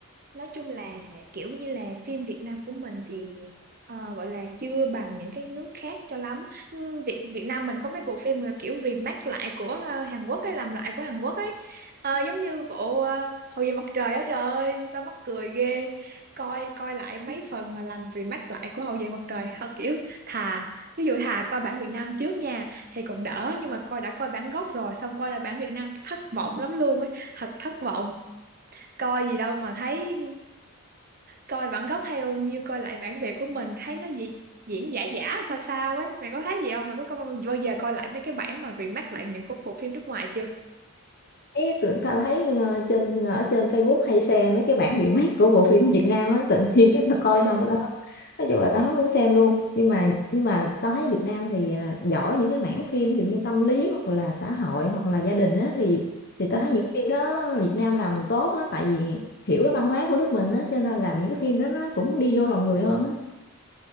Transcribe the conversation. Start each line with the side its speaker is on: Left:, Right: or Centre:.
Right: nói chung là kiểu như là phim Việt Nam của mình thì ờ, gọi là chưa bằng những cái nước khác cho lắm Ừ, Việt Việt Nam mình có mấy bộ phim là kiểu remake lại của ờ, Hàn Quốc ấy làm lại của Hàn Quốc ấy Ờ, giống như bộ ờ, Hậu duệ mặt trời á trời ơi tao mắc cười ghê coi coi lại mấy phần mà làm remake lại của Hậu duệ mặt trời <laughs> Thôi kiểu thà ví dụ thà coi bản Việt Nam trước nha thì còn đỡ nhưng mà coi đã coi bản gốc rồi xong coi là bản Việt Nam thất vọng lắm luôn ấy thật thất vọng coi gì đâu mà thấy coi bản gốc hay hơn như coi lại bản Việt của mình thấy nó gì diễn giả giả sao sao ấy mày có thấy gì không mày có coi bao giờ coi lại mấy cái bản mà remake lại những cái bộ phim nước ngoài chưa
Left: thấy tụi ta thấy ờ, trên ờ, ở trên Facebook hay xem mấy cái bản remake của bộ phim Việt Nam á tự nhiên cái tao coi
Right: ừ
Left: xong cái tao nói chung là tao hết muốn xem luôn nhưng mà nhưng mà tao thấy Việt Nam thì ờ, giỏi những cái mảng phim ví dụ như tâm lý hoặc là xã hội hoặc là gia đình á thì thì tao
Right: Ừ,
Left: thấy những cái phim đó Việt Nam làm tốt á tại vì hiểu cái văn hóa của nước mình á cho nên làm những cái phim đó nó cũng đi vô lòng người hơn á